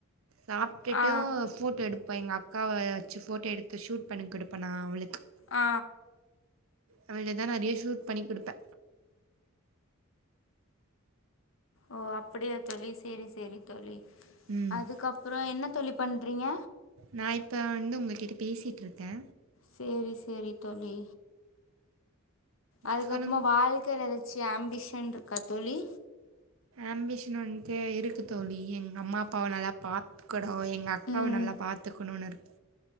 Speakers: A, on the right; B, on the left.
A: சாப்ட்டுட்டூ
B: ஆ
A: ஃபோட்டோ எடு இப்ப எங்க அக்காவ வச்சு ஃபோட்டோ எடுத்து ஷூட் பண்ணி குடுப்பே நா அவளுக்கு
B: ஆ
A: அவளு தா நா நெறைய ஷூட் பண்ணி குடுப்பே
B: ஓ அப்டியா தோழி செரி செரி தோழி
A: ம்.
B: அதுக்கப்புறோ என்ன தோழி பண்றீங்க
A: நா இப்ப வந்து உங்ககிட்ட பேசிட் இருக்கே
B: செரி செரி தோழி அதுக்கப்பறம
A: சொல்லுங்க.
B: வாழ்கைல எதாச்சு சாம்பிஷன் இருக்கா தோழி
A: ஆம்பிஷன் வந்து இருக்கு தோழி. எங்க அம்மா அப்பாவ நல்லா பார்த்து <unintelligible> எங்கள் அக்காவை
B: ம்
A: நல்லா பார்த்துக்கணுனு இருக்கே